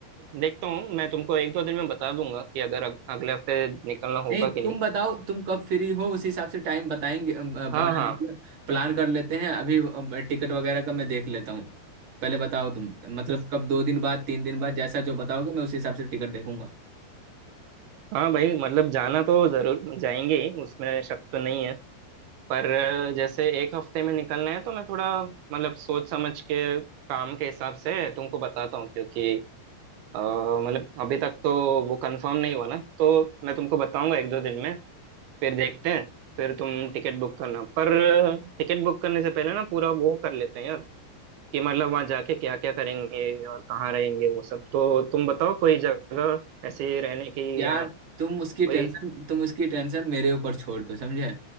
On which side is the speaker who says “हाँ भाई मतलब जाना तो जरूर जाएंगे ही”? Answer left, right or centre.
Right